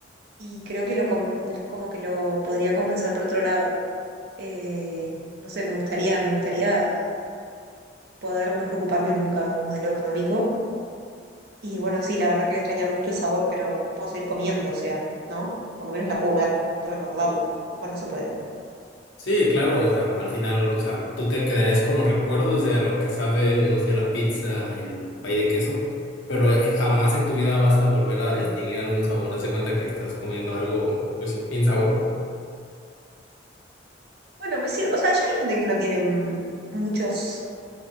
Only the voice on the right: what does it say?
y creo que lo com- como que lo podría compensar por otro lado. Eh, no sé, me gustaría, me gustaría poder no preocuparme nunca como de lo económico. Y bueno, sí, la verdad que voy a extrañar mucho el sabor, pero puedo seguir comiendo, o sea, ¿no? Por lo menos la puedo ver y recordarla. O no se puede.
Ah,
Bueno,
bueno, me sirve. O sea, ya hay gente que no tiene mm, muchos,